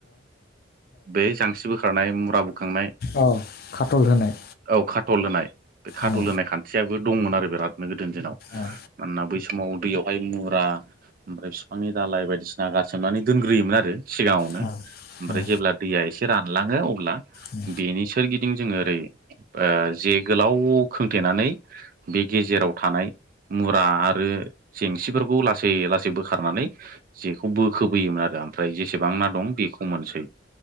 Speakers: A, on the right (about 45°); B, on the left (about 50°).
A: बे जांसि्रि बोखारनाय मुरा बोखांनाय
B: औ खाटल होनाय
A: औ खाटल होनाय बे खाटल
B: औ
A: होनाय खान्थियाबो दंमोन आरो बिरादनो गोदोनि दिनाव
B: औ
A: मानोना बै समाव दैयावहाय मुरा ओमफ्राय बिफांनि दालाय बायदिसिना गारसोमनानै दोनग्रोयोमोन आरो सिगाङावनो
B: औ औ
A: ओमफ्राय जेब्ला दैया एसे रानलाङो अब्ला
B: औ
A: बेनि सोरगिदिं जोङो ओरै जे गोलाव खोंथेनानै बे गेजेराव थानाय मुरा आरो जेंसिफोरखौ लासै लासै बोखारनानै जेखौ बोखोबोयोमोन आरो ओमफ्राय जेसेबां ना दं बेखौ मोनसै